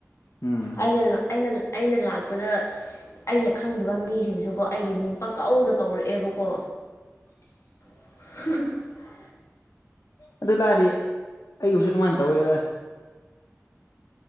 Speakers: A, on the left; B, on the left.
A: ꯎꯝ
B: ꯑꯩꯅ ꯑꯩꯅ ꯑꯩꯅ ꯂꯥꯛꯄꯗ ꯑꯩꯅ ꯈꯪꯗꯕ ꯃꯤꯁꯤꯡꯁꯨꯀꯣ ꯑꯩꯒꯤ ꯃꯤꯡ ꯄꯪꯀꯧꯗ ꯀꯧꯔꯛꯑꯦꯕꯀꯣ
A: <inaudible>
B: <inaudible>
A: ꯑꯗꯨ ꯂꯥꯛꯔꯤꯌꯦ ꯑꯩꯕꯨꯁꯨ ꯑꯗꯨꯃꯥꯏꯅ ꯇꯧꯋꯦꯗ